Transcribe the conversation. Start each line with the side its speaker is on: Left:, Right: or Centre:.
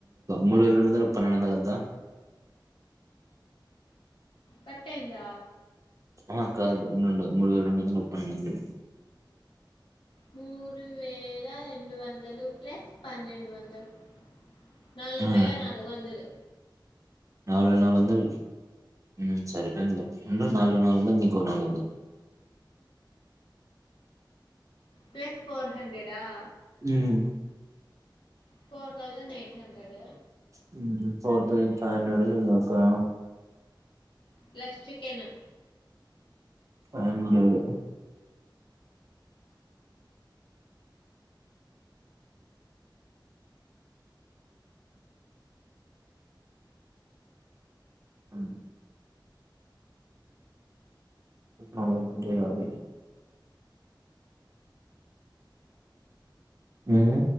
Right: మూడు వేల రెండు వందలు పన్నెండు వందల ఎంతా
Left: కట్అయిందా
Right: ఆ కాద్ ఉండుడు మూడు వేల రెండు వందల పన్నెండు వందలు
Left: మూడు వేల రెండు వందలు ప్లస్ పన్నెండు వందలు నాలుగు
Right: ఆ
Left: వెేల నాలుగు వందలు
Right: నాలుగు వేల నాలుగు వందల్ హుమ్ సరిపోయిందిలే ఉండు నాలుగు నాలుగు వందల్ నీకో నాలుగు వందలు
Left: ప్లస్ ఫోర్ హండ్రెడ్ ఆ
Right: హుమ్
Left: ఫోర్ తౌసన్ ఎయిట్ హండ్రెడ్
Right: హుమ్ ఫోర్ పాయింట్ ఫైవ్ హండ్రెడ్ ఏ కదా లెక్కా
Left: ప్లస్ చికెను
Right: అయన్న లేడు హుమ్ నాలుగు మూడు యాభై హుమ్